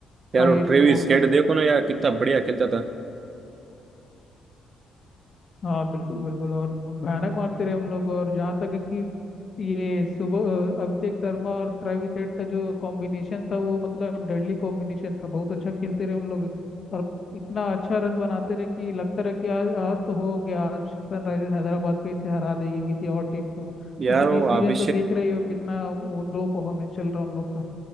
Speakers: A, on the right; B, on the left.
A: यार
B: हाईएस्ट
A: वो ट्रेविस
B: स्कोर तक
A: हेड देखो ना यार कितना बढ़िया खेलता था
B: हाँ बिल्कुल बिल्कुल और भयानक मारते रहे उन लोग और जहाँ तक है कि ये सुबह अ, अभिषेक शर्मा और ट्रेविस हेड का जो कॉम्बिनेशन था वो मतलब डेडली कॉम्बिनेशन था बहुत अच्छा खेलते रहे उन लोग और इतना अच्छा रन बनाते रहे कि लगता रहा कि आज आज तो हो गया आज सनराइजर्स हैदराबाद फिर से हरा देगी किसी और टीम को
A: यार
B: लेकिन
A: वो
B: इस सीजन
A: अभिषेक
B: तो देख रही हो कितना वो लो परफॉर्मेंस चल रहा है उन लोग का